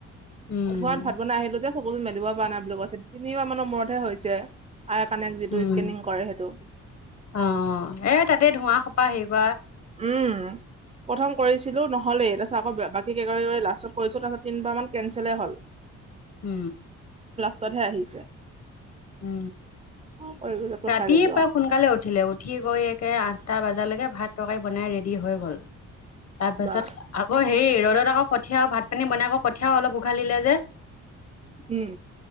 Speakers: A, on the left; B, on the right.
A: উম
B: ধোৱাত ভাত বনাই আহিলোঁ যে চকুটো মেলিবই পা নাই বুলি কৈছে। তিনিবা মানৰ মূৰতহে হৈছে। আই কানেক্ট যিটো
A: উম
B: স্কেনিং কৰে হেটো।
A: অ' এ তাতেই ধোঁৱা সোপা হেই কৱা।
B: উম প্ৰথম কৰিছিলো নহ'লেই। তাছত আকৌ বাকী <unintelligible> লাষ্টত কৰিছোঁ, তাছত তিনবাৰমান কেনচেলে হ'ল।
A: উ।
B: ছতহে আহিছে।
A: উ।
B: কৰি পঠাই
A: ৰাতিপা
B: দিলো আৰু
A: সোনকালে উঠিলে, উঠি গৈ একে আঠটা বাজালেকে ভাত তকাই বনাই ৰেডি হৈ গ'ল। তাপাছত
B: বা
A: আকৌ হেই ৰ'দত আকৌ কঠীয়া, ভাত পানী বনাই আকৌ কঠীয়াও অলপ উঘালিলে যে।
B: উম